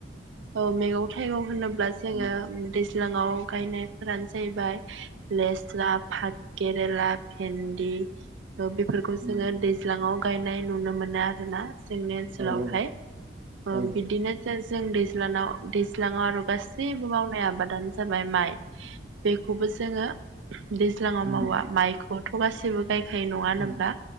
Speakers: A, on the right (about 80°); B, on the right (about 40°).
A: औ मैगं थाइगं होनोब्ला जोङो
B: उम
A: दै सिगांव गायनायफोरानो जैबाय लेस्रा फान केरला भेन्दि ओ बेफोरखौ जोङो
B: उम
A: दैज्लाङाव गायनाय नुनो मोन ना आरोना जोंनि ओनसोलावहाय
B: औ औ
A: ओ
B: औ
A: बिदिनो जों जों दैज लानाव दैज लाङाव आरो गासैबो मावनाय आबादानो जाबाय माइ <inaudible> बेखौबो जोङो दैज्लाङाव
B: उम
A: मावा माइखौ थ'गासिबो गाय खाय नङा होनोब्ला
B: उम